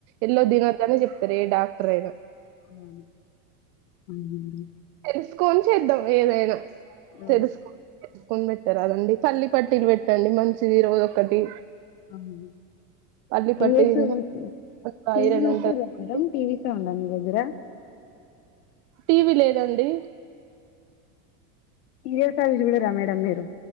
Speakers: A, on the right; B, on the left.
A: ఎల్లో తినద్దనే చెప్తారు ఏ డాక్టర్ అయినా
B: అవును. అవునండి.
A: తెలుసుకొని చేద్దాం ఏదైనా
B: ఆ!
A: తెలుసుకోని పెట్టారుదండి పల్లి పట్టీలు పెట్టండి మంచిది రోజు ఒకటి
B: అవును
A: పల్లి పట్టి
B: ఏం చేస్తూరు
A: తింటే అక్కడ
B: టీవీ
A: ఐరన్
B: చూస్తారా
A: ఉంటది కాబట్టి
B: మేడమ్ టీవీ సౌండ్ ఆ మీ దగ్గర
A: టీవీ లేదండి
B: సరియల్స్ అవి చూడరా మేడం మీరు